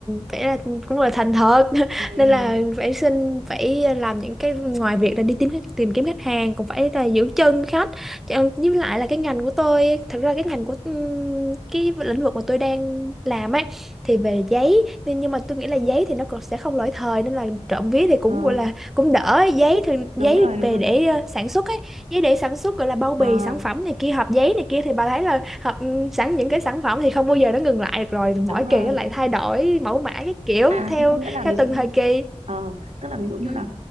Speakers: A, in the centre; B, on the right (about 80°).
A: phải là cũng là thành thật <laughs>
B: Ừ. <laughs>
A: nên là phải xin phải làm những cái ngoài việc là đi tìm khách- tìm kiếm khách hàng cũng phải là giữ chân khách Chứ- ờ, với lại là cái ngành của tôi thật ra cái ngành của ừm, cái lĩnh vực mà tôi đang làm ấy thì về giấy nên nhưng mà tôi nghĩ là giấy thì nó còn sẽ không lỗi thời nên là trộm vía thì cũng
B: ờ,
A: gọi là cũng đỡ giấy thường giấy
B: đúng rồi đúng
A: về
B: rồi
A: để ờ, sản xuất ấy giấy để sản xuất gọi là bao bì
B: à
A: sản phẩm này kia hộp giấy này kia thì bà thấy là hộp ừm, sẵn những cái sản phẩm thì không bao giờ nó ngừng lại được rồi
B: đúng
A: mỗi kỳ
B: rồi
A: nó lại thay đổi mẫu mã cái kiểu
B: À
A: theo
B: thế có nghĩa là
A: theo
B: ví dụ
A: từng
B: như
A: thời kỳ
B: ờ, tức là ví dụ như
A: ừ.
B: là